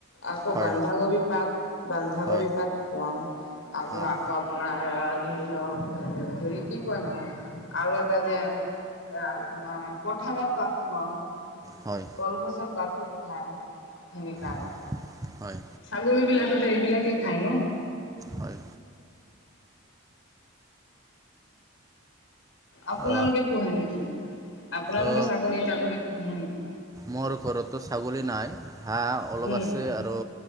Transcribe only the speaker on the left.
আকৌ
বন্ধাকবি পাত, বন্ধাকবি
পাত খোৱাওঁ। <inaudible> আপোনাৰ
ধৰি লওঁক, এ হেৰি কি কয় নহয়, আৰু এটা যে এ, আপোনাৰ কঠাঁলৰ পাত খোৱাওঁ।
কলগছ কল পাতো খোৱাওঁ, সেনেকুৱা আৰু।
ছাগলীবিলাকতো এইবিলাকেই খায় ন?
আপোনালোকে
পোহে নেকি? আপোনালোকে
ছাগলী তাগলী পোহে নেকি?
উম